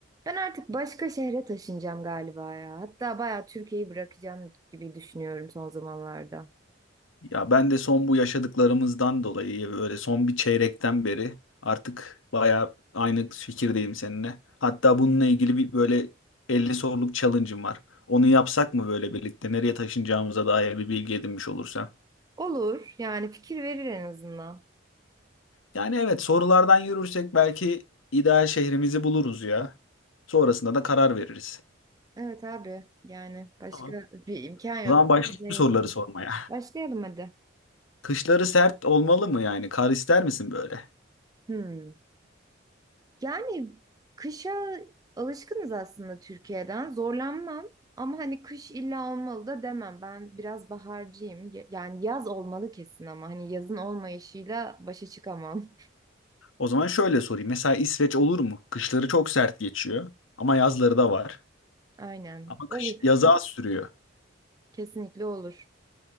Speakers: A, on the right; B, on the left.
A: Ben artık başka şehre taşınacağım galiba ya. Hatta bayağı Türkiye'yi bırakacağım gibi düşünüyorum son zamanlarda.
B: Ya ben de son bu yaşadıklarımızdan dolayı böyle son bir çeyrekten beri artık bayağı aynı fikirdeyim seninle. Hatta bununla ilgili bir böyle 50 soruluk challenge'ım var. Onu yapsak mı böyle birlikte nereye taşınacağımıza dair bir bilgi edinmiş olursam.
A: Olur yani fikir verir en azından.
B: Yani evet sorulardan yürürsek belki ideal şehrimizi buluruz ya. Sonrasında da karar veririz.
A: Evet abi yani başka
B: Tamam.
A: bir imkan yok.
B: O zaman başlayalım
A: Başlayalım.
B: soruları sormaya.
A: Başlayalım hadi.
B: Kışları sert olmalı mı yani? Kar ister misin böyle?
A: Hmm. Yani kışa alışkınız aslında Türkiye'den. Zorlanmam ama hani kış illa olmalı da demem. Ben biraz baharcıyım. Ye- Yani yaz olmalı kesin ama hani yazın olmayışıyla başa çıkamam. <laughs>
B: O zaman şöyle sorayım. Mesela İsveç olur mu? Kışları çok sert geçiyor ama yazları da var.
A: Aynen.
B: Ama
A: Olur.
B: kış yazı az sürüyor.
A: Kesinlikle olur.